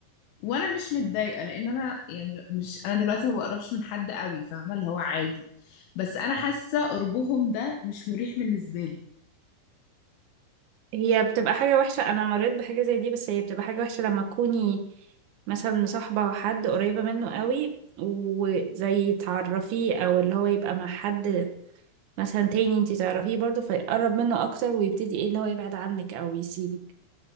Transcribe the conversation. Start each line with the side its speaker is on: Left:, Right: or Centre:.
Left: وانا مش متضايقه لان انا يعني مش انا دلوقتي ما بقربش من حد قوي فاهمه اللي هو عادي بس انا حاسه قربهم ده مش مريح بالنسبه لي
Right: هي بتبقى حاجة وحشة انا مريت بحاجة زي دي بس هي بتبقى حاجة وحشة لما تكوني مثلا مصاحبة حد قريبة منه قوي وزي تعرفيه او اللي هو يبقى مع حد مثلا تاني انتي تعرفيه برضو فيقرب منه اكتر ويبتدي ايه اللي هو يبعد عنك او يسيبك